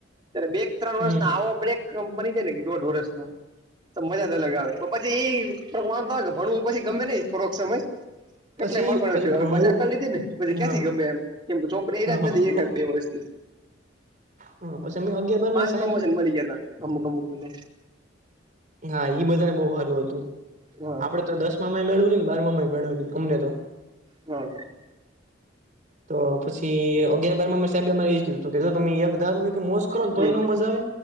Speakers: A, on the right; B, on the right.
A: ત્યારે બેક ત્રણ
B: હમ
A: વર્ષનો આવો બ્રેક મની જાય ને દોઢ વર્ષ નો તો મજા જ અલગ આવે પ પછી એ થોડોક વાંધો આવે કે ભણવું પછી ગમે નય થોડોક સમય
B: પછી
A: કેટલા માકોણ
B: પછી
A: હવે
B: ભણવું
A: મજા કરી લીધ ને પછી
B: હા
A: ક્યાંથી ગમે એમ કેમ કે ચોપડી એયા
B: હા
A: જ નથી
B: ભણું
A: એકદ બે વરસ <inaudible>
B: હ પછી અમે અગિયાર બારમાસ
A: પ્રમોશન મળી ગિયા તા અમુક અમુક ને ત
B: હા ઇ બધાને બહુ હારું હતું
A: હા
B: આપડે તો દસ માંય મેળવું નને બારમાંમાંય મેળવું નય અમને તો
A: હા
B: તો પછી અગિયાર બારમાંમાં સાહેબે એ કધું હતું કે જો તમે એક ધારું કે મોશ કરો ને
A: હમ
B: તોયે એ ન મજા આવે